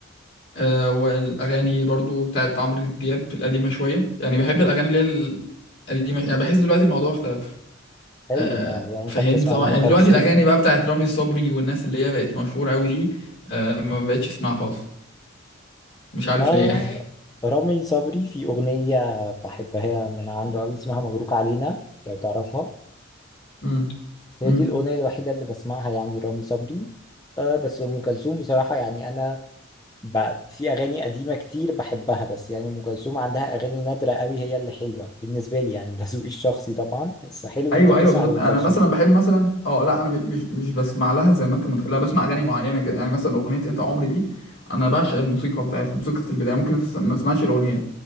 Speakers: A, on the left (about 60°); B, on the left (about 20°).
A: آه، والاغاني برضو بتاعت عمرو دياب القديمه شويه يعني بحب الاغاني اللي هي القديمه يعني بحس دلوقتي الموضوع اختلف
B: حلو
A: آه،
B: ان يعني انت
A: فهمت
B: بتسمع
A: طبعا
B: لأم
A: يعني
B: كلثوم
A: دلوقتي الاغاني بقى بتاعت رامي صبري والناس اللي هي بقت مشهوره قوي دي آه، ما بقتش اسمعها خالص مش عارف
B: آه
A: ليه يعني
B: رامي صبري في أغنية بحبها من عنده أوي اسمها مبروك علينا لو تعرفها
A: مم.
B: هي
A: مم.
B: دي الأغنية الوحيدة اللي بسمعها يعني رامي صبري آه بس أم كلثوم بصراحة يعني أنا ب... في أغاني قديمة كتير بحبها بس يعني أم كلثوم عندها أغاني نادرة أوي هي اللي حلوة بالنسبة لي يعني ده ذوقي الشخصي طبعا بس حلو
A: ايوه
B: إن أنت بتسمع
A: ايوه بالظبط
B: لأم
A: انا
B: كلثوم
A: مثلا بحب مثلا اه لا انا مش مش بسمع لها زي ما انت متخيل لا بسمع اغاني معينه كده يعني مثلا اغنيه انت عمري دي انا بعشق الموسيقى بتاعتها موسيقى البدايه ممكن أس- ما اسمعش الاغنيه